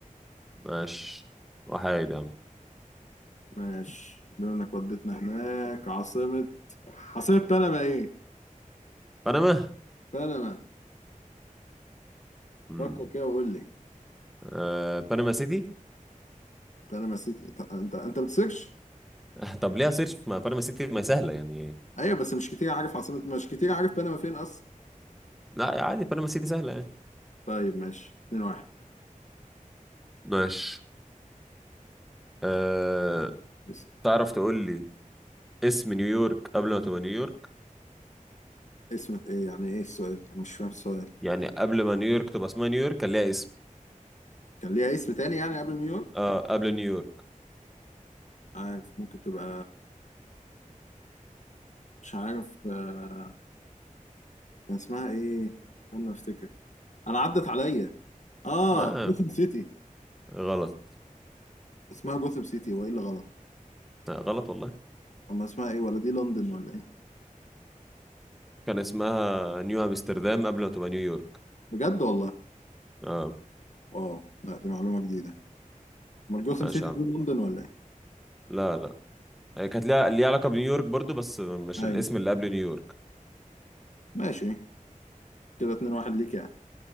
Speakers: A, in the centre; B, on the left.
A: ماشي وحيد يا عم
B: ماشي بما انك وديتنا هناك عاصمة عاصمة بنما ايه؟
A: بنما
B: بنما
A: مم.
B: فكر كده وقول لي
A: أه... بنما سيتي <laughs>
B: بنما سيتي ط- انت انت بتسكش؟
A: آه، طب ليها سيرش ما بنما سيتي ما سهلة يعني
B: ايوه بس مش كتير عارف عاصمة مش كتير عارف بنما فين اصلا
A: لا عادي بنما سيتي سهلة يعني
B: طيب ماشي 2 1
A: ماشي أه...
B: اس-
A: تعرف تقول لي اسم نيويورك قبل ما تبقى نيويورك
B: اسم ايه يعني ايه السؤال؟ انا مش فاهم السؤال
A: يعني قبل ما نيويورك تبقى اسمها نيويورك كان ليها اسم
B: كان ليها اسم تاني يعني قبل نيويورك؟
A: اه قبل نيويورك
B: عارف ممكن تبقى مش عارف آه، كان اسمها ايه؟ استنى افتكر انا عدت عليا اه
A: ما
B: جوثام سيتي
A: غلط
B: اسمها جوثام سيتي وايه اللي غلط؟
A: آه غلط والله
B: اما اسمها ايه ولا دي لندن ولا ايه؟
A: كان اسمها نيو امستردام قبل ما تبقى نيويورك
B: بجد والله
A: اه
B: اه لا دي معلومة جديدة امال جوثام
A: ماشي
B: سيتي
A: يا
B: دي
A: عم
B: لندن ولا ايه؟
A: لا لا هي كانت ليها ليها علاقة بنيويورك برضو بس مش
B: ايوه
A: الاسم اللي قبل نيويورك
B: ماشي كده 2-1 ليك يعني